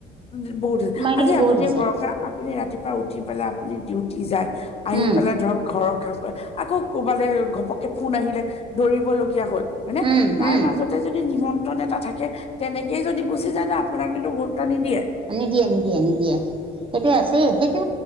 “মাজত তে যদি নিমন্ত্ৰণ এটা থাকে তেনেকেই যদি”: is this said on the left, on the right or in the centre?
Left